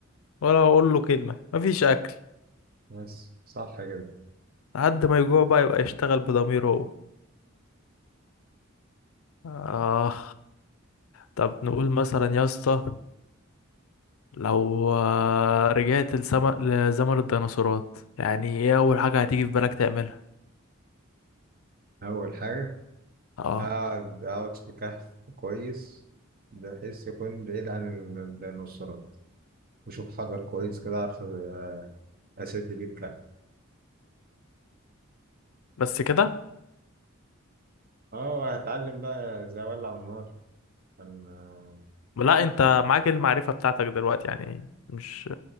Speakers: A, on the left (about 80°); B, on the right (about 45°).
A: ولا أقول له كلمة ما فيش أكل
B: بس صح كده
A: لحد ما يجوع بقى يبقى يشتغل بضميره هو آه طب نقول مثلا يا اسطى لو آه، رجعت لسم... لزمن الديناصورات يعني ايه اول حاجة هتيجي في بالك تعملها
B: اول حاجه
A: اه
B: أقعد أقعد في كهف كويس بحيث يكون بعيد عن الديناصورات وأشوف حجر كويس كده أعرف آه، أسد بيه الكهف
A: بس كده
B: أه وهتعلم بقى إزاي أولع النار عشان آه،
A: لا انت معاك المعرفة بتاعتك دلوقتي يعني مش